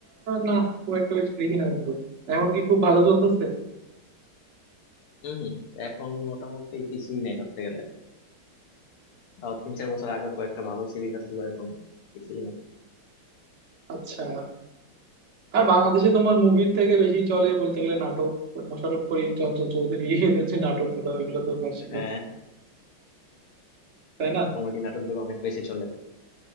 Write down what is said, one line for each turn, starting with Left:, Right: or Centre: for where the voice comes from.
Right: না খুব একটা বেশি দেখি না বন্ধু এখন কি খুব ভালো চলতেছে
Left: হম হম এখন মোটামুটি কিছুই নাই ধরতে গেলে তাও তিন চার বছর আগে কয়েকটা ভালো সিরিজ আছে এখন কিছুই নাই
Right: আচ্ছা আর বাংলাদেশে তোমার মুভির থেকে বেশি চলে বলতে গেলে নাটক ওই মোশাররফ করিম চঞ্চল চৌধুরী এদের যে নাটক গুলো ওইগুলো তো বেশি
Left: হ্যাঁ
Right: চলে তাই না
Left: কমেডি নাটকগুলো অনেক বেশি চলে